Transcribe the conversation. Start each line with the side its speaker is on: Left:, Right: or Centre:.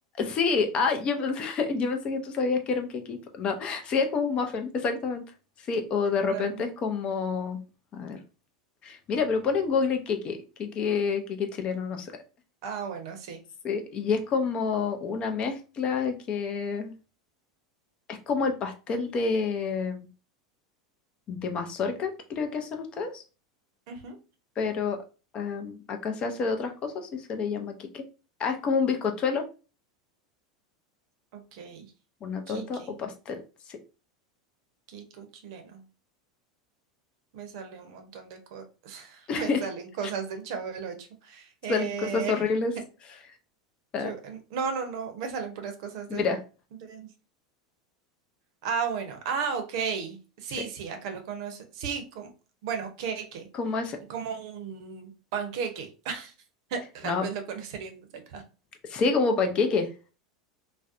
Left: Sí, ah, yo pensé, <laughs> yo pensé que tú sabías que era un quequito. No, sí, es como un muffin, exactamente. Sí, o de repente
Right: No, no.
Left: es como... A ver. Mira, pero pon en Google queque, queque, queque chileno, no sé.
Right: Ah, bueno, sí.
Left: Sí, y es como una mezcla que Es como el pastel de, de mazorca que creo que hacen ustedes,
Right: Ujú.
Left: pero em, acá se hace de otras cosas y se le llama quique. Ah, es como un bizcochuelo,
Right: Ok.
Left: una torta
Right: Quique,
Left: o pastel, sí.
Right: Kiko chileno. Me sale un montón de cosas. <laughs>
Left: <laughs>
Right: Me salen cosas del Chavo del Ocho.
Left: Son
Right: Eh,
Left: cosas horribles. Ah,
Right: Yo, en- no, no, no, me salen puras cosas
Left: mira,
Right: de, de- Ah, bueno, ah, ok. Sí,
Left: sí,
Right: sí, acá lo conoce. Sí, como, bueno, queque,
Left: como ese.
Right: como un panqueque. <laughs>
Left: No,
Right: Tal vez lo conoceríamos acá.
Left: sí, como panqueque.